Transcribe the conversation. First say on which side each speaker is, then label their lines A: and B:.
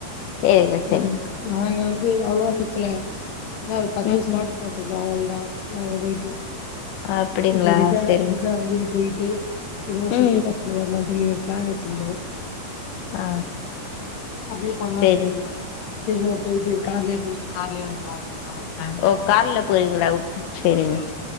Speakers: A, on the left (about 80°); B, on the left (about 70°).
A: செரிங்க செரிங்க
B: ம் நாங்க வந்து அவ்வளவா சுத்துல என்ன ஒரு பத்து
A: ம்
B: ஸ்பாட் பத்துருப்போம் அவள தான் நாங்க போயிட்டு
A: அப்படிங்களா
B: இப்ப ரிடனு
A: சரிங்க
B: ரிடன் வாங்கி போயிட்டு திரும்பவு
A: ம்
B: சுத்தி பாத்துட்டு வரலாம்னு சொல்லி ஒரு பிளான் வச்சிருந்தோம்
A: ஆ
B: அப்டியே பண்ணலாம்னு
A: சரி
B: சொல்லி இருந்தான் திரும்பவு போயிட்டு கார்லே போயிட்டு கார்லே வந்தரலாம்னு நம்ம பிளான்
A: ஓ கார்ல போறீங்களா ஓ செரிங்க